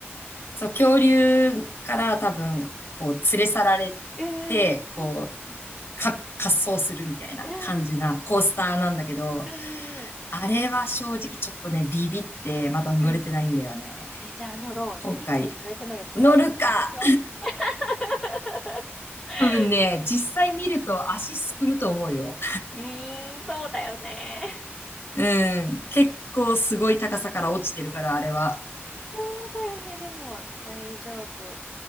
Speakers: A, on the left (about 55°); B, in the centre.
A: そう、恐竜から多分、こう、連れ去られて、
B: うんう
A: こう、
B: ん
A: か、滑走するみたいな感じなコースターなんだけど、
B: うん。うんうんうん。うん
A: あれは正直ちょっとね、ビビって、まだ乗れてないんだよね。
B: うんうん。えーじゃあ乗ろう。
A: 今回、
B: ビビって乗れてないやつ今回試そう。
A: 乗るか
B: <laughs>
A: 多分ね、
B: ちょ、
A: 実際見ると足すくむと思うよ。
B: うーん、そうだよね。
A: うん。結構すごい高さから落ちてるから、あれは。
B: そうだよね。でも、大丈夫。